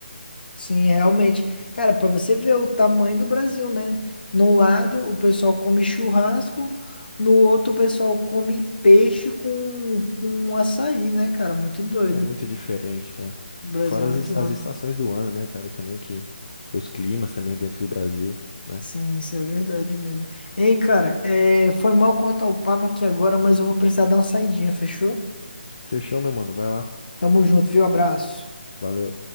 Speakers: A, on the left; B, on the left.
A: Sim, realmente. Cara, pra você ver o tamanho do Brasil, né? Num lado o pessoal come churrasco, no outro o pessoal come peixe com, com açaí, né, cara? Muito doido.
B: É muito diferente, cara.
A: O Brasil
B: Fora
A: é muito
B: as, es- as
A: amplo.
B: estações do ano, né, cara? Também que os climas também dentro do Brasil, né?
A: Sim, isso é verdade mesmo. Hein, cara, é, foi mal cortar o papo aqui agora, mas eu vou precisar dar uma saidinha, fechou?
B: Fechou, meu mano. Vai lá.
A: Tamo junto, viu? Abraço.
B: Valeu.